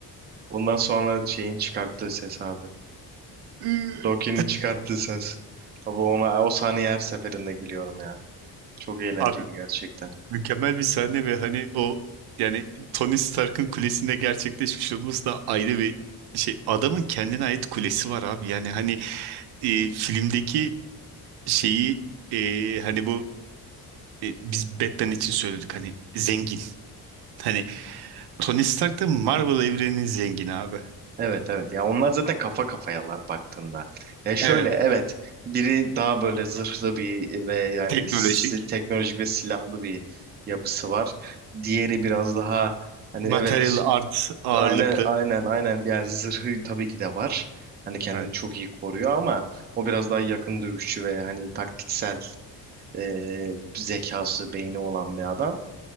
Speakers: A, on the right (about 25°); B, on the right (about 80°).
A: Ondan sonra şeyin çıkarttığı ses abi.
B: <laughs>
A: Loki'nin çıkarttığı ses. Abi ona o sahneye her seferinde gülüyorum ya. Çok eğlenceli
B: Abi
A: gerçekten.
B: mükemmel bir sahne ve hani o yani Tony Stark'ın kulesinde gerçekleşmiş olması da ayrı bir şey. Adamın kendine ait kulesi var abi. Yani hani e, filmdeki şeyi e, hani bu e, biz Batman için söyledik hani zengin. Hani Tony Stark da Marvel evreninin zengini abi.
A: Evet evet ya onlar zaten kafa kafayalar baktığında. Ya şöyle
B: Evet.
A: evet biri daha böyle zırhlı bir ve yani
B: Teknolojik.
A: si- teknolojik ve silahlı bir yapısı var. Diğeri biraz daha hani
B: Material
A: evet
B: art ağırlıklı.
A: aynen aynen aynen yani zırhı tabii ki de var. Hani kendini
B: Evet.
A: çok iyi koruyor ama o biraz daha yakın dövüşçü ve hani taktiksel e, zekası, beyni olan bir adam.